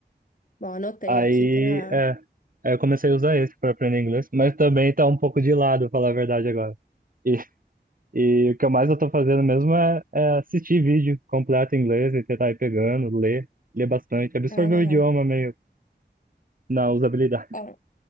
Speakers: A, on the left; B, on the right.
A: Bom, anotei
B: Aí,
A: aqui para.
B: é, aí eu comecei a usar esse para aprender inglês, mas também tá um pouco de lado, falar a verdade agora. E, e o que eu mais eu tô fazendo mesmo é, é assistir vídeo completo em inglês e tentar ir pegando, ler, ler bastante, absorver
A: Ah, legal.
B: o idioma meio na usabilidade.
A: Ó,
B: <laughs>